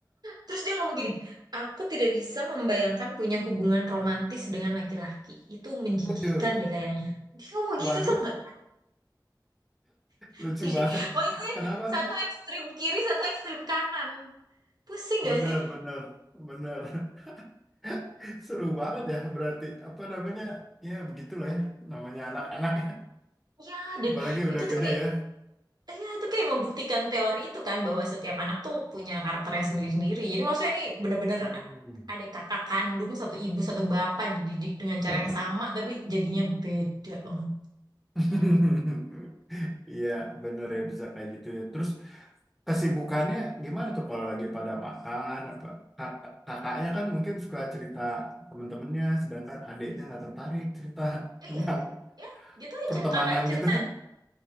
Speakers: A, on the right; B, in the centre.
A: Terus dia ngomong gini, aku tidak bisa membayangkan punya hubungan romantis dengan laki-laki. Itu menjijikan
B: Aduh,
A: deh kayaknya. Dia ngomong
B: waduh,
A: gitu tuh nggak? <laughs>
B: lucu
A: Jadi
B: banget.
A: maksudnya
B: Kenapa?
A: satu ekstrim kiri, satu ekstrim kanan. Pusing
B: Bener,
A: gak sih?
B: bener, bener. <laughs> Seru banget ya berarti. Apa namanya? Ya begitulah ya. Namanya anak-anak
A: Hmm,
B: ya.
A: ya, dan
B: Apalagi udah
A: itu tuh
B: gede
A: kayak,
B: ya.
A: ya itu kayak membuktikan teori itu kan bahwa setiap anak tuh punya karakternya sendiri-sendiri. Jadi maksudnya ini bener-bener
B: Mm-mm.
A: ada kakak kandung, satu ibu, satu bapak dididik dengan cara
B: Mm-mm.
A: yang sama, tapi jadinya beda banget.
B: <laughs> Iya, bener ya bisa kayak gitu ya. Terus kesibukannya gimana tuh kalau lagi pada makan apa Kak- kakaknya kan mungkin suka cerita temen-temennya sedangkan adiknya nggak tertarik cerita <laughs>
A: Iya,
B: tentang
A: ya gitu aja.
B: pertemanan
A: Kakaknya cerita
B: gitu